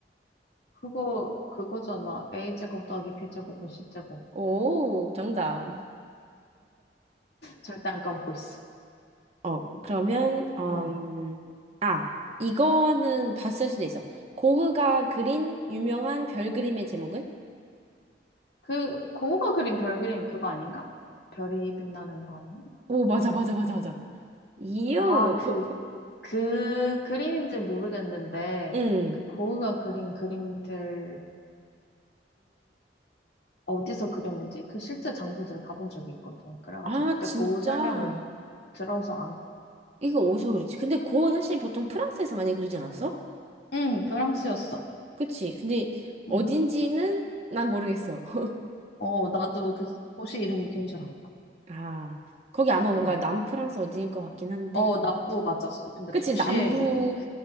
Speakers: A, on the left (about 65°); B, on the right (about 35°).
A: 그거, 그거잖아. A제곱 더하기 B제곱은 C제곱.
B: 오, 정답.
A: 절대 안 까먹고 있어.
B: 어, 그러면, 음,
A: 응.
B: 아, 이거는 봤을 수도 있어. 고흐가 그린 유명한 별 그림의 제목은?
A: 그, 고우가 그린 별 그림 그거 아닌가? 별이 빛나는 밤.
B: 오, 맞아, 맞아, 맞아, 맞아. 이유.
A: 나 그,
B: <laughs>
A: 그 그림인지 모르겠는데,
B: 응.
A: 그 고흐가 그린 그림들이 어디서 그렸는지 그 실제 장소들을 가본 적이 있거든. 그래가지고
B: 아,
A: 그때
B: 진짜.
A: 고흐 설명을 들어서
B: 이거 어디서 그랬지? 근데 고흐 사실 보통 프랑스에서 많이 그리지 않았어?
A: 응, 프랑스였어.
B: 그치. 근데
A: 응.
B: 어딘지는 난 모르겠어. <laughs>
A: 어, 나도 그 도시 이름이 기억이 잘 안 나.
B: 아, 거기 아마 뭔가
A: 응.
B: 남프랑스 어딘일 것 같긴 한데,
A: 어,
B: 뭐.
A: 남부 맞았어. 근데
B: 그치,
A: 도시의
B: 남부,
A: 이름,